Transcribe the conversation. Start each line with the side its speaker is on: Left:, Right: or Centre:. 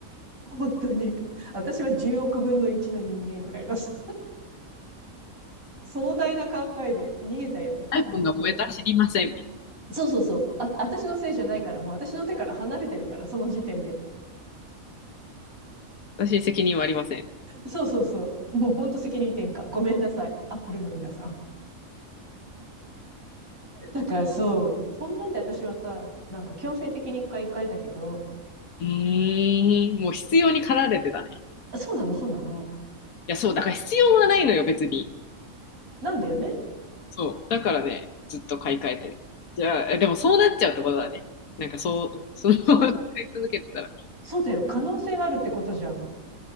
Right: 本当に、私は10億分の1の人間ぐらいのさ、壮大な考えで逃げたよ、
Left: <laughs> iPhone
Right: 本当。
Left: が燃えたら知りません。
Right: そうそうそう。あ、私のせいじゃないから、もう私の手から離れてるから、その時点で。
Left: 私に責任はありません。
Right: そうそうそう。もう本当責任転嫁。ごめんなさい。アップルの皆さん。だからそう、そんなんで私はさ、なんか強制的に一回一回だけど、
Left: うーん、もう必要に駆られてたね。い
Right: そうなの、そうなの。
Left: や、そう、だから必要はないのよ、別に。
Right: なんだよね。
Left: そう。だからね、ずっと買い替えてる。じゃあ、えでもそうなっちゃうってことだね。なんかそう、<laughs> そのまま
Right: そう、
Left: <laughs> 使い続けてたら。
Right: そうだよ。可能性があるってことじゃん。